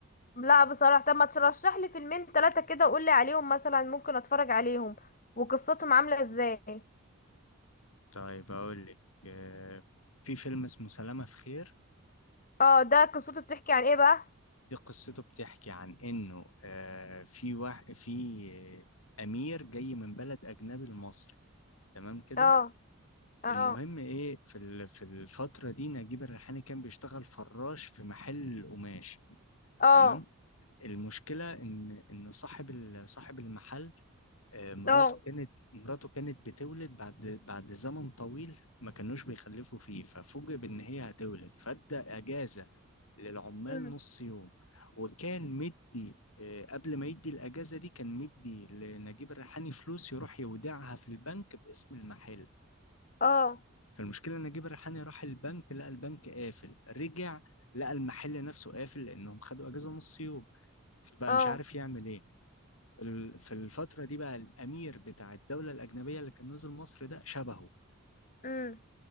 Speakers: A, on the left; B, on the left.
A: لا بصراحة طب ما ترشح لي فيلمين ثلاثة كده وقول لي عليهم مثلا ممكن اتفرج عليهم وقصتهم عاملة ازاي
B: طيب اقول لك آه، في فيلم اسمه سلامة في خير
A: اه ده قصته بتحكي عن ايه بقى
B: هي قصته بتحكي عن انه آه، في واحد في آه، امير جاي من بلد اجنبي لمصر تمام كده
A: اه اه
B: المهم ايه في ال- في الفتره دي نجيب الريحاني كان بيشتغل فراش في محل قماش
A: اه
B: تمام المشكله ان ان صاحب ال- صاحب المحل آه، مراته
A: اه
B: كانت مراته كانت بتولد بعد بعد زمن طويل ما كانوش بيخلفوا فيه ففوجئ بان هي هتولد فادى اجازه للعمال
A: مم.
B: نص يوم وكان مدي آه، قبل ما يدي الاجازه دي كان مدي لنجيب الريحاني فلوس يروح يودعها في البنك باسم المحل
A: اه
B: فالمشكله إن نجيب الريحاني راح البنك لقى البنك قافل رجع لقى المحل نفسه قافل لانهم خدوا اجازه نص يوم فبقى
A: اه
B: مش عارف يعمل ايه ال- في الفترة دي بقى الأمير بتاع الدولة الأجنبية اللي كان نزل مصر ده شبهه
A: امم